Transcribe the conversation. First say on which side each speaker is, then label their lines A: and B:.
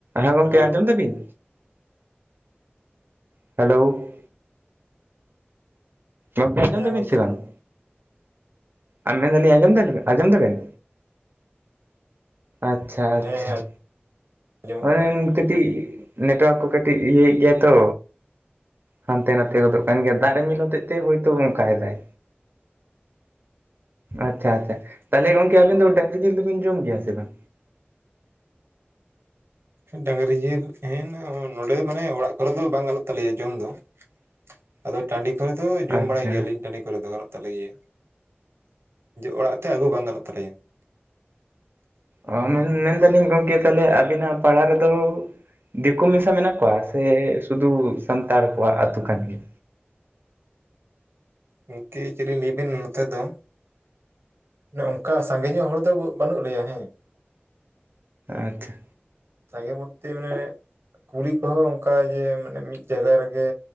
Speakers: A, on the right (about 55°); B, on the right (about 75°).
A: ᱦᱮᱸ ᱜᱚᱝᱠᱮ
B: ᱦᱮᱞᱳ
A: ᱟᱸᱡᱚᱢ ᱫᱟ ᱵᱤᱱ? ᱦᱮᱞᱳ ᱜᱚᱝᱠᱮ ᱟᱸᱡᱚᱢ
B: ᱦᱮᱸ
A: ᱫᱟ
B: ᱜᱚᱝᱠᱮ
A: ᱵᱤᱱ ᱥᱮ ᱵᱟᱝ? ᱟᱸᱻᱢᱮᱱ ᱫᱟ ᱞᱤᱧ ᱟᱸᱡᱚᱢ ᱫᱟ ᱵᱮᱱ, ᱟᱸᱡᱚᱢ ᱫᱟ ᱵᱮᱱ? ᱟᱪᱪᱷᱟ, ᱟᱪᱪᱷᱟ᱾
B: ᱦᱮᱸ ᱦᱮᱸ ᱟᱸᱡᱚᱢᱚᱜ
A: ᱦᱳᱭᱮᱱ
B: ᱠᱟᱱᱟ᱾
A: ᱠᱟᱹᱴᱤᱡ ᱱᱮᱴᱣᱟᱨᱠ ᱠᱚ ᱠᱟᱹᱴᱤᱡ ᱤᱭᱟᱹ ᱮᱜ ᱜᱮᱭᱟᱭ ᱛᱚ᱾ ᱦᱟᱱᱛᱮ ᱱᱟᱛᱮ ᱜᱚᱫᱚᱜ ᱠᱟᱱ ᱜᱮᱭᱟ ᱫᱟᱜ ᱨᱤᱢᱤᱞ ᱦᱚᱛᱮᱜ ᱛᱮ ᱦᱳᱭ ᱛᱚ ᱚᱱᱠᱟᱭ ᱫᱟᱭ᱾ ᱟᱪᱪᱷᱟ,
B: ᱦᱮᱸ
A: ᱟᱪᱪᱷᱟ
B: ᱦᱮᱸ
A: ᱛᱟᱞᱦᱮ ᱜᱚᱝᱠᱮ ᱟᱵᱮᱱ ᱫᱚ ᱰᱟᱹᱝᱽᱨᱤ ᱡᱤᱞ ᱫᱚ ᱵᱤᱱ ᱡᱚᱢ ᱜᱮᱭᱟ ᱥᱮ ᱵᱟᱝ?
B: ᱰᱟᱹᱝᱽᱨᱤ ᱡᱤᱞ ᱦᱮᱸ ᱱᱚᱸᱰᱮ ᱫᱚ ᱢᱟᱱᱮ ᱚᱲᱟᱜ ᱠᱚᱨᱮ ᱫᱚ ᱵᱟᱝ ᱜᱟᱱᱚᱜ ᱛᱟᱞᱮᱭᱟ ᱡᱚᱢ ᱫᱚ ᱾
A: <inaudible>
B: ᱟᱫᱚ ᱴᱟᱸᱰᱤ ᱠᱚᱨᱮ ᱫᱚ ᱡᱚᱢ
A: ᱟᱪᱪᱷᱟ
B: ᱵᱟᱲᱟᱭ ᱜᱮᱭᱟ ᱞᱤᱧ, ᱴᱟᱸᱰᱤ ᱠᱚᱨᱮ ᱫᱚ ᱜᱟᱱᱚᱜ ᱛᱟᱞᱮ ᱜᱮᱭᱟ ᱾ ᱚᱲᱟᱜ ᱛᱮ ᱟᱹᱜᱩ ᱵᱟᱝ ᱜᱟᱱᱚᱜ ᱛᱟᱞᱮᱭᱟ ᱾
A: ᱚ ᱢᱮᱱ ᱢᱮᱱ ᱫᱟᱹᱞᱤᱧ ᱜᱚᱝᱠᱮ ᱛᱟᱦᱞᱮ ᱟᱹᱵᱤᱱᱟᱜ ᱯᱟᱲᱟ ᱨᱮᱫᱚ ᱫᱮᱠᱳ ᱢᱮᱥᱟ ᱢᱮᱱᱟᱜ ᱠᱚᱣᱟ ᱥᱮ ᱥᱩᱫᱩ ᱥᱟᱱᱛᱟᱲ ᱠᱚᱣᱟᱜ ᱟᱹᱛᱩ ᱠᱟᱱ ᱜᱮᱭᱟ?
B: ᱜᱚᱝᱠᱮ ᱪᱮᱫ ᱞᱤᱧ ᱞᱮᱭ ᱟᱵᱤᱱ ᱱᱚᱛᱮ ᱫᱚ ᱚᱱᱮ ᱚᱱᱠᱟ ᱥᱟᱸᱜᱮ ᱧᱚᱜ ᱦᱚᱲ ᱫᱚ ᱵᱟᱹᱱᱩᱜ ᱞᱮᱭᱟ ᱦᱮᱸ ᱾
A: ᱟᱪᱪᱷᱟ᱾
B: ᱥᱟᱸᱜᱮ ᱢᱚᱫᱽᱫᱷᱮ ᱢᱟᱱᱮ ᱠᱩᱞᱦᱤ ᱠᱚᱦᱚᱸ ᱚᱱᱠᱟ ᱡᱮ ᱢᱟᱱᱮ ᱢᱤᱫ ᱡᱟᱭᱜᱟ ᱨᱮᱜᱮ